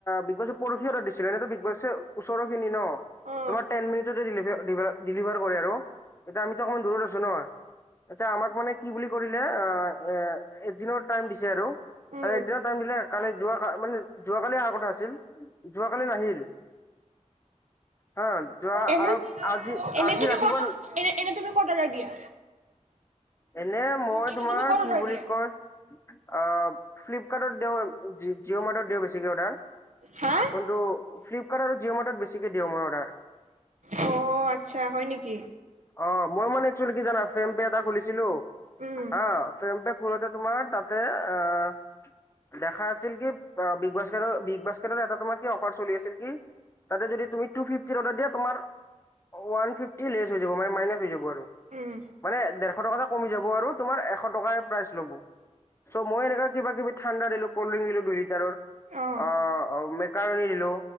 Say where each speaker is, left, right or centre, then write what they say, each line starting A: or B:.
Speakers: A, on the left (about 20°); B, on the right (about 75°).
A: বিগবাছে পৰহি অৰ্ডাৰ দিছিলে এনেতো বিগবছে ওচৰৰখিনি ন,
B: অ
A: তোমাৰ টেন মিনিটতে ডিলিভাৰ কৰে আৰু। এতিয়া আমিতো অকণমান দূৰত আছো। ন, এতিয়া আমাক মানে কি বুলি কৰিলে। অ', এ এক দিনৰ টাইম দিছে আৰু,
B: উম
A: এক দিনৰ টাইম দিলে কালি যোৱা মানে যোৱা কালি অহাৰ কথা আছিল। যোৱা কালি নাহিল। হা, যোৱা
B: এনে
A: আৰু আজি
B: এনে
A: আজি
B: তুমি
A: ৰাতিপুৱা
B: ক'ত এনে এনেই তুমি ক'ত অৰ্ডাৰ দিয়া?
A: এনে মই
B: এনে
A: তোমাৰ,
B: তুমি ক'ত
A: কি
B: অৰ্ডাৰ
A: বুলি
B: দিয়া
A: কয়? অ', ফ্লিপকাৰ্টত দিও, জিঅ' মাৰ্টত দিও, বেছিকে অৰ্ডাৰ।
B: হা
A: কিন্তু ফ্লিপকাৰ্ট আৰু জিঅ' মাৰটত বেছিকে দিওঁ মই অৰ্ডাৰ।
B: অ', আচ্ছা, হয় নেকি?
A: অ', মই মানে একচুৱেলি কি জানা। ফেম পে এটা খুলিছিলো।
B: উম
A: অ', ফ্ৰেম পে খোলোতে তোমাৰ তাতে, আহ। দেখা আছিল। কি বিগ বাস্কেটৰ বিগ বাস্কেটত এটা তোমাৰ কি অফাৰ চলি আছিল কি? তাতে যদি তুমি তু ফিফটিৰ অৰ্ডাৰ দিয়া, তোমাৰ ওৱান ফিফটি লেছ হৈ যাব মানে মাইনাচ যাব।
B: উম
A: মানে ডেৰশ টকা এটা কমি যাব আৰু, তোমাৰ এশ টকা <unintelligible> ল'ব, চ' মই এনেকা কিবা কিবি ঠাণ্ডা দিলো। কল্ডড্ৰিং দিলো দুই লিটাৰৰ।
B: অ
A: অহ, মেকাৰণী দিলো।